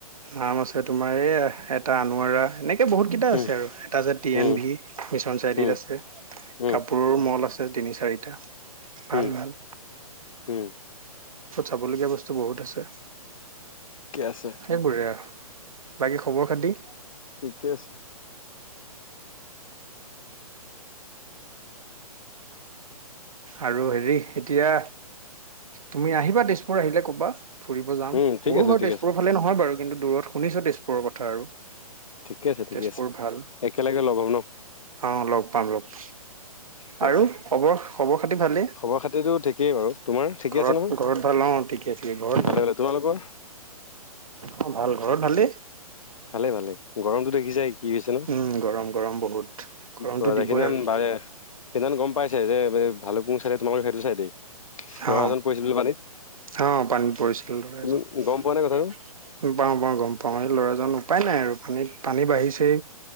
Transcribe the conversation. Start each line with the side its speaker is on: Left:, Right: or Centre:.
Right: নাম আছে তোমাৰ এই এটা আনাৰা এনেকে বহুত কেইটা
Left: উম
Right: আছে আৰু এটা যে টি
Left: উম
Right: এন ভি মিছন চাইটিত
Left: উম
Right: আছে
Left: উম
Right: কাপোৰ মল আছে তিনি চাৰিটা ভাল
Left: উম
Right: ভাল
Left: উম
Right: চাবলগীয়া বস্তু বহুত আছে
Left: ঠিকে আছে
Right: সেইবোৰে আৰু বাকী খবৰ খাতি
Left: ঠিকেই আছে
Right: আৰু হেৰি এতিয়া তুমি আহিবা তেজপুৰ আহিলে কবা ফুৰিব যাম
Left: উম ঠিক
Right: মোৰো
Left: আছে
Right: ঘৰ
Left: ঠিক
Right: তেজপুৰৰ
Left: আছে
Right: ফালে নহয় বাৰু কিন্তু দূৰত শুনিছো তেজপুৰৰ কথা আৰু
Left: ঠিকে আছে ঠিকে
Right: তেজপুৰ
Left: আছে
Right: ভাল
Left: একেলগে লগ হ'ম ন
Right: আহ লগ পাম লগ
Left: ঠিকে
Right: আৰু
Left: আছে
Right: খবৰ খবৰ খাতি ভালেই
Left: খবৰ খাতিতটো ঠিকেই বাৰু তোমাৰ ঠিকেই
Right: ঘৰত
Left: আছে নহয়
Right: ঘৰত ভাল অ ঠিকে ঠিকে ঘৰত
Left: ভালেে তোমাৰ ৰ
Right: অ ভাল ঘৰত ভালেই
Left: ভালে ভালে গৰমটো দেখি যায় কি হৈছে ন
Right: উম গৰম গৰম বহুত
Left: কি
Right: গৰমটো
Left: কৰা
Right: দিবই
Left: দে, সিদিনাান
Right: আৰু
Left: বাৰে সিদিনা গম পাইছে যে, এই ভালুক মু, চাইডে তোমালোক সেইটো চাইদেই ল'ৰাজন
Right: অ
Left: পৰিছিল বুলি পানীত।
Right: অ, পানীত পৰিছিলে ল'ৰাজন
Left: তুমি
Right: পাও,
Left: গম পোৱা নে কথাটো
Right: পাওঁ গম পাও, এই ল'ৰাজনো উপায় নাই আৰু পানীত পানী বাঢ়িছেই।